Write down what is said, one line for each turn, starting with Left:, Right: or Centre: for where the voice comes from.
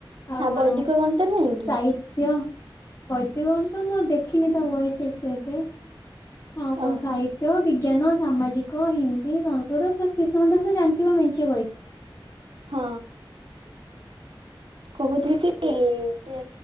Left: ଆଉ କଣ
Right: ବୈଦିକ ଗଣିତ
Left: ସାହିତ୍ୟ
Right: ନାହିଁ କି?
Left: ବୈତିକ ଗଣ ତ ମୁଁ ଦେଖିନି ତ ବହି ଠିକ ସେତେ ହଉ କଣ
Right: ଓହୋ
Left: ସାହିତ୍ୟ ବି ବିଜ୍ଞାନ ସାମାଜିକ ହିନ୍ଦୀ ସଂସ୍କୃତ ଶିଶୁ ମନ୍ଦରେ ତ ଜାଣିଥିବ ମେଞ୍ଚେ ବହି।
Right: ହଁ କହୁଥିଲ କି